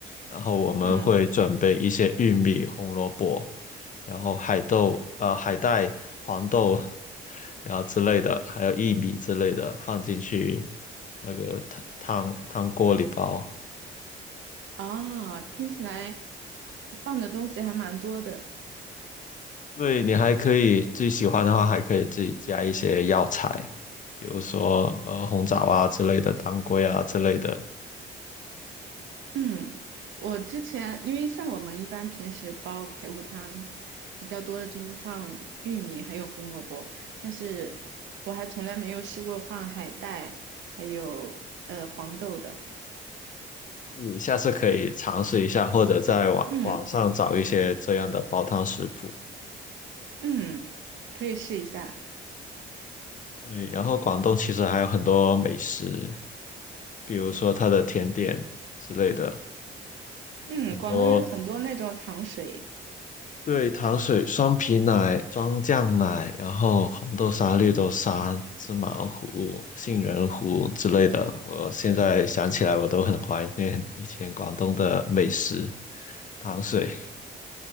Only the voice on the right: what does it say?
嗯，
哦，听起来放的东西还蛮多的。
嗯，我之前因为像我们一般平时煲排骨汤比较多的就是放玉米还有红萝卜，但是我还从来没有试过放海带还有呃黄豆的。
嗯嗯，可以试一下。
嗯，
广东有很多那种糖水，